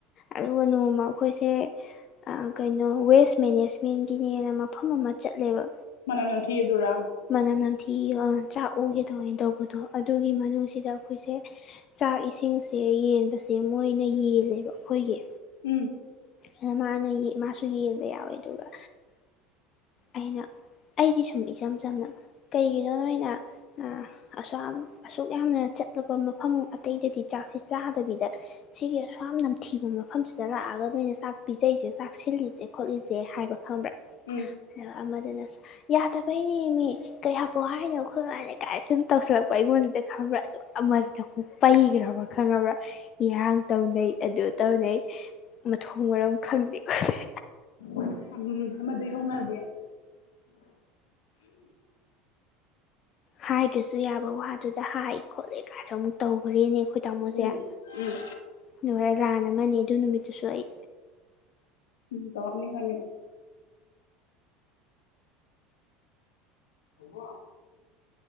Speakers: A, on the left (about 45°); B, on the left (about 80°).
A: ꯑꯗꯨꯒ ꯅꯣꯡꯃ ꯑꯈꯣꯏꯁꯦ ꯑ ꯀꯩꯅꯣ ꯋꯦꯁ ꯃꯦꯅꯦꯁꯃꯦꯟꯒꯤꯅꯦꯅ ꯃꯐꯝ ꯑꯃ ꯆꯠꯂꯦꯕ
B: ꯃꯅꯝ ꯅꯝꯊꯤꯌꯦꯗꯨꯔꯥ
A: ꯃꯅꯝ ꯅꯝꯊꯤ ꯑ ꯆꯥꯛ ꯑꯣꯒꯦ ꯇꯧꯌꯦꯟ ꯇꯧꯕꯗꯣ ꯑꯗꯨꯒꯤ
B: ꯎꯝ
A: ꯃꯅꯨꯡꯁꯤꯗ ꯑꯈꯣꯏꯁꯦ ꯆꯥꯛ ꯏꯁꯤꯡꯁꯦ ꯌꯦꯟꯕꯁꯦ ꯃꯣꯏꯅ ꯌꯦꯜꯂꯦꯕ ꯑꯈꯣꯏꯒꯤ
B: ꯎꯝ
A: ꯑꯗ ꯃꯥꯅ ꯌꯦ ꯃꯥꯁꯨ ꯌꯦꯟꯕ ꯌꯥꯎꯋꯦ ꯑꯗꯨꯒ ꯑꯩꯅ ꯑꯩꯗꯤ ꯁꯨꯝ ꯏꯆꯝ ꯆꯝꯅ ꯀꯩꯒꯤꯅꯣ ꯅꯣꯏꯅ ꯑꯁꯨꯌꯥꯝ ꯑꯁꯨꯛ ꯌꯥꯝꯅ ꯆꯠꯂꯨꯕ ꯃꯐꯝ ꯑꯇꯩꯗꯗꯤ ꯆꯥꯛꯁꯦ ꯆꯥꯗꯕꯤꯗ ꯁꯤꯒꯤ ꯑꯁꯨꯌꯥꯝ ꯅꯝꯊꯤꯕ ꯃꯐꯝꯁꯤꯗ ꯂꯥꯛꯑ ꯒ ꯅꯣꯏꯅ ꯆꯥꯛ ꯄꯤꯖꯩꯁꯦ ꯆꯥꯛ ꯁꯤꯜꯂꯤꯁꯦ ꯈꯣꯠꯂꯤꯁꯦ ꯍꯥꯏꯕ ꯈꯪꯕ꯭ꯔꯥ
B: ꯎꯝ
A: ꯑꯗꯨꯒ ꯑꯃꯗꯨꯅꯁꯨ ꯌꯥꯗꯕꯩꯅꯦꯃꯤ ꯀꯩ ꯍꯥꯞꯄꯣ ꯍꯥꯏꯅꯣ ꯈꯣ ꯍꯣꯏ ꯕꯥꯅ ꯀꯥꯏꯅ ꯁꯨꯝ ꯇꯧꯁꯤꯜꯂꯛꯄ ꯑꯩꯉꯣꯟꯖꯤꯗ ꯈꯪꯕ꯭ꯔꯥ ꯑꯗꯨꯒ ꯑꯃꯖꯤꯅ ꯑꯃꯨꯛ ꯄꯩꯒ꯭ꯔ ꯈꯪꯉꯕ꯭ꯔꯥ ꯏꯔꯥꯡ ꯇꯧꯅꯩ ꯑꯗꯨ ꯇꯧꯅꯩ ꯃꯊꯣꯡ ꯃꯔꯝ ꯈꯪꯗꯦ ꯈꯣꯠꯇꯦ
B: ꯎꯝ ꯑꯗꯨꯅꯤ ꯑꯃꯗꯩ ꯍꯧꯅꯗꯦ
A: ꯍꯥꯏꯗ꯭ꯔꯁꯨ ꯌꯥꯕ ꯋꯥꯗꯨꯗ ꯍꯥꯏ ꯈꯣꯠꯂꯦ ꯒꯥꯏꯅ ꯑꯃꯨꯛ ꯇꯧꯒ꯭ꯔꯦꯅꯦ ꯑꯈꯣꯏ ꯇꯥꯃꯣꯖꯦ
B: ꯎꯝ
A: ꯑꯝ
B: ꯎꯝ
A: ꯂꯣꯢꯔꯦ ꯂꯥꯟ ꯑꯃꯅꯤ ꯑꯗꯨ ꯅꯨꯃꯤꯠꯇꯨꯁꯨ ꯑꯩ
B: ꯎꯝ ꯇꯧꯅꯤ ꯈꯪꯉꯦ ꯅꯪ ꯑꯃꯣ